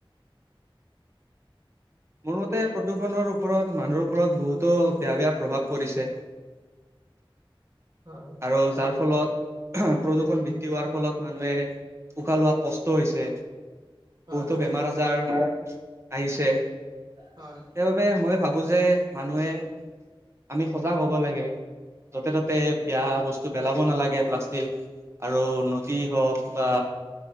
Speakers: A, on the right; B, on the right.
A: মোৰ মতে প্ৰদূষণৰ ওপৰত মানুহৰ ওপৰত বহুতো বেয়া বেয়া প্ৰভাৱ পৰিছে।
B: হয়।
A: আৰু যাৰ ফলত প্ৰদূষণ বৃদ্ধি হোৱাৰ ফলত মানুহে উশাহ লোৱাত কষ্ট হৈছে,
B: হয়।
A: বহুতো বেমাৰ আজাৰ
B: হয়,
A: আহিছে।
B: হয়।
A: সেইবাবে মই ভাবো যে মানুহে আমি সজাগ হ'ব লাগে। যতে ততে বেয়া বস্তু পেলাব নালাগে প্লাষ্টিক আৰু নদী হওক বা